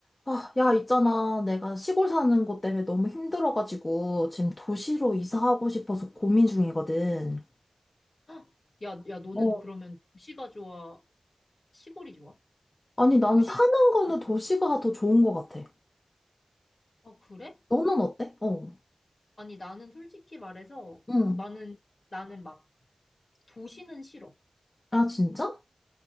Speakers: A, on the left; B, on the left.
A: 아, 야, 있잖아. 내가 시골 사는 것 때문에 너무 힘들어가지고 지금 도시로 이사하고 싶어서 고민 중이거든.
B: 헉! 야, 야, 너는
A: 어.
B: 그러면 도시가 좋아? 시골이 좋아?
A: 아니, 나는
B: 도시에서
A: 사는 거는
B: 살기
A: 도시가
B: 좋아?
A: 더 좋은 것 같아.
B: 아, 그래?
A: 너는 어때? 어.
B: 아니, 나는 솔직히 말해서
A: 응.
B: 나는, 나는 막 도시는 싫어.
A: 아, 진짜?